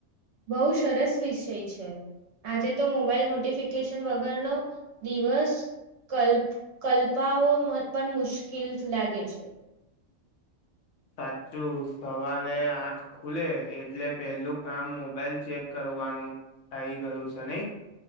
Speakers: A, on the right (about 60°); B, on the left (about 65°).
A: બહુ સરસ વિષય છે આજે તો મોબાઈલ નોટિફિકેશન વગરનો દિવસ કલ્ કલ્પાવો પણ મુશ્કીલ લાગે છે.
B: સાચું સવારે આંખ ખુલે એટલે પેહલું કામ મોબાઈલ ચેક કરવાનું થઇ ગયું છે નઈ?